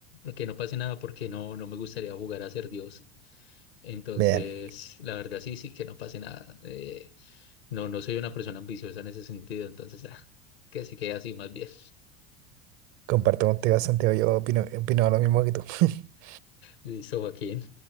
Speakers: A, on the left (about 75°); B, on the right (about 50°).
A: que no pase nada porque no, no me gustaría jugar a ser Dios. Entonces,
B: Bien,
A: la verdad sí, sí, que no pase nada. Eh, no, no soy una persona ambiciosa en ese sentido, entonces ah, que se quede así más bien.
B: Comparto contigo, Santiago. Yo opino, opino lo mismo que tú. <laughs>
A: Listo, Joaquín.